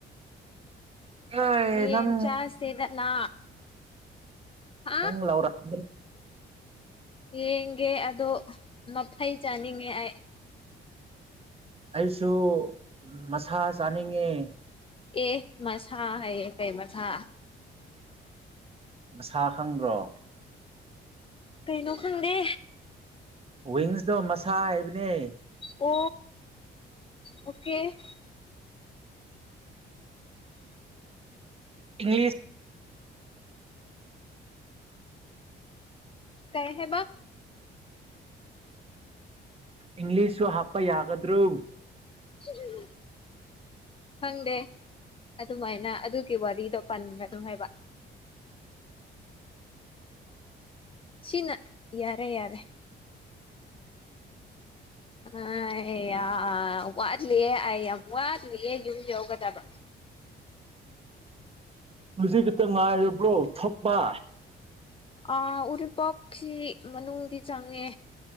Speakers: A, on the right; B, on the left.
A: ꯍꯣꯏ
B: ꯌꯦꯟ
A: ꯅꯪ
B: ꯆꯥꯁꯦꯗꯅ ꯍꯥ
A: ꯅꯪ ꯂꯥꯎꯔ ꯎ
B: ꯌꯦꯡꯒꯦ ꯑꯗꯣ ꯃꯐꯩ ꯆꯥꯅꯤꯡꯉꯦ ꯑꯩ
A: ꯑꯩꯁꯨ ꯃꯁꯥ ꯆꯥꯅꯤꯡꯉꯦ
B: ꯑꯦ ꯃꯁꯥ ꯍꯥꯏ ꯀꯩ ꯃꯁꯥ
A: ꯃꯁꯥ ꯈꯪꯕ꯭ꯔꯣ
B: ꯀꯩꯅꯩꯅꯣ ꯈꯪꯗꯦ
A: ꯋꯤꯡꯁꯇꯣ ꯃꯁꯥ ꯍꯥꯏꯕꯅꯦ
B: ꯑꯣ ꯑꯣꯀꯦ
A: ꯏꯪꯂꯤꯁ
B: ꯀꯩ ꯍꯦꯕ
A: ꯏꯪꯂꯤꯁ ꯍꯥꯞꯄ ꯌꯥꯒꯗ꯭ꯔꯣ
B: ꯎ <unintelligible> ꯈꯪꯗꯦ ꯑꯗꯨꯃꯥꯏꯅ ꯑꯗꯨꯒꯤ ꯋꯥꯔꯤꯗꯣ ꯄꯟꯒꯅꯨ ꯍꯥꯏꯕ ꯁꯤꯅ ꯌꯥꯔꯦ ꯌꯥꯔꯦ ꯑꯩꯌꯥ ꯋꯥꯠꯂꯤꯑꯦ ꯑꯩ ꯌꯥꯝ ꯋꯥꯠꯂꯤꯑ ꯌꯨꯝ ꯌꯧꯒꯗꯕ
A: ꯃꯁꯤꯖꯤ ꯈꯤꯇꯪ ꯉꯥꯏꯔꯕ꯭ꯔꯣ ꯊꯛꯄ
B: ꯑ ꯎꯔꯤꯄꯣꯛꯁꯤ ꯃꯅꯨꯡꯗꯤ ꯆꯪꯉꯦ